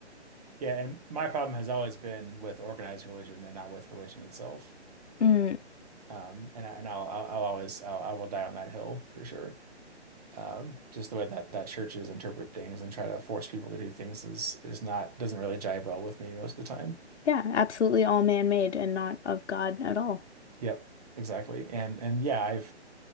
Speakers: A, on the right; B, on the left.
A: Yeah, and my problem has always been with organized religion and not with religion itself.
B: Mm,
A: Um, and I, and I'll, I'll I'll always I'll, I will die on that hill for sure. Um, just the way that that churches interpret things and try to force people to do things is is not doesn't really jive well with me most of the time.
B: yeah, absolutely all man-made and not of God at all.
A: Yep, exactly. And and yeah, I've